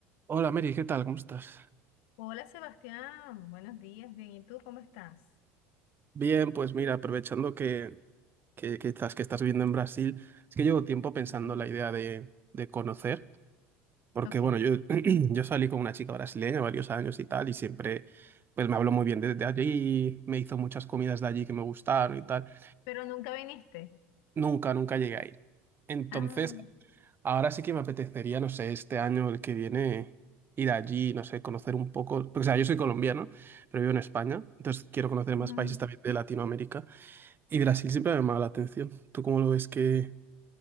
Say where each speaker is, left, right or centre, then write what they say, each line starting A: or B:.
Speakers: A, on the right (about 30°); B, on the left (about 70°).
A: Hola Mary, ¿qué tal? ¿Cómo estás?
B: Hola Sebastián, buenos días, bien, ¿y tú cómo estás?
A: Bien, pues mira, aprovechando que, que, que estás, que estás viviendo en Brasil, es que llevo tiempo pensando
B: Ujú.
A: la idea de, de conocer, porque
B: Ok,
A: bueno, yo, <clears throat> yo salí con una chica brasileña varios años y tal, y siempre pues me habló muy bien desde allí, me hizo muchas comidas de allí que me gustaron y tal.
B: pero nunca viniste.
A: Nunca, nunca llegué a ir. Entonces,
B: Ah,
A: ahora sí que me apetecería, no sé, este año, el que viene, ir allí, no sé, conocer un poco, porque o sea, yo soy colombiano, pero vivo en España, entonces quiero conocer más
B: Ujú.
A: países también de Latinoamérica. Y Brasil siempre me ha llamado la atención. ¿Tú cómo lo ves que,